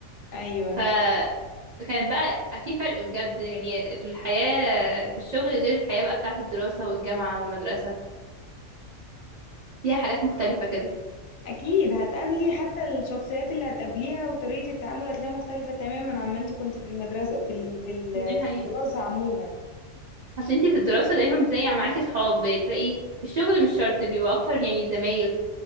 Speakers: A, on the left (about 70°); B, on the right (about 65°).
A: ايوه
B: فكانت بقى في فرق بجد يعني الحياة في الشغل غير الحياة بقى بتاعة الدراسة والجامعة والمدرسة فيها حاجات مختلفة كده
A: اكيد هتقابلي حتى الشخصيات اللي هتقابليها وطريقة التعامل هتلاقيها مختلفة تماما عما انت كنت في المدرسة في ال... في ال...
B: دي حقيقة
A: في الدراسة عموما
B: اصل انتي في الدراسة دايما بتلاقي معاكي صحاب بتلاقي في الشغل مش شرط بيبقوا اكتر يعني زمايل